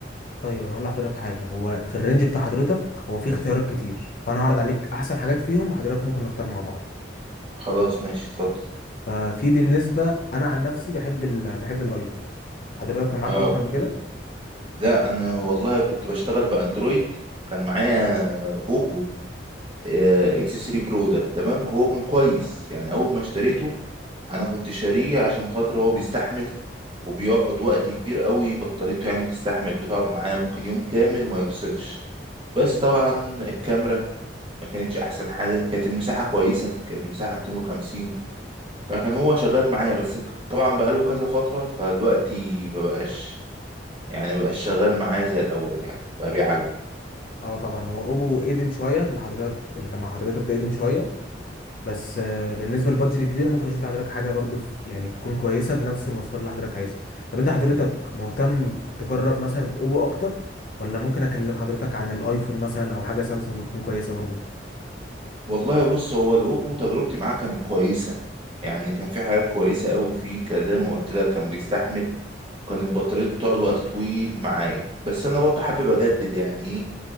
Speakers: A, on the left; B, on the right.
A: طيب انا هقول لحضرتك حاجه هو في الرينج بتاع حضرتك هو في اختيارات كتير فانا هعرض عليك احسن حاجات فيهم وحضرتك ممكن نختار مع بعض
B: خلاص ماشي اتفضل
A: ففي بالنسبه انا عن نفسي بحب ال... بحب الايفون حضرتك كان معاك
B: اه
A: ايفون قبل كده
B: لا انا والله كنت بشتغل باندرويد كان معايا بوكو اكس 3 برو ده تمام هو كان كويس يعني اول ما اشتريته انا كنت شاريه عشان خاطر هو بيستحمل وبيقعد وقت كبير قوي بطاريته يعني بتستحمل بتقعد معايا ممكن يوم كامل وما يفصلش بس طبعا الكاميرا ما كانتش احسن حاجه كانت المساحه كويسه كانت المساحه 250 فكان هو شغال معايا بس طبعا بقاله كذا فتره فدلوقتي ما بقاش يعني ما بقاش شغال معايا زي الاول يعني بقى بيعلق
A: اه طبعا هو اوبو قديم شويه اللي حضرتك اللي كان مع حضرتك ده قديم شويه بس آه، بالنسبه للبادجت الجديد أنا ممكن اشوف لحضرتك حاجه برضو في... يعني تكون كويسه بنفس المواصفات اللي حضرتك عايزها طب انت حضرتك مهتم تجرب مثلا اوبو اكتر ولا ممكن اكلم حضرتك عن الايفون مثلا او حاجه سامسونج تكون كويسه برضو
B: والله بص هو الأوبو تجربتي معاه كانت كويسة يعني كان في حاجات كويسة أوي فيه ك- زي ما قلت لك كان بيستحمل وكان البطارية بتقعد وقت طويل معايا بس أنا برضه حابب أجدد يعني إيه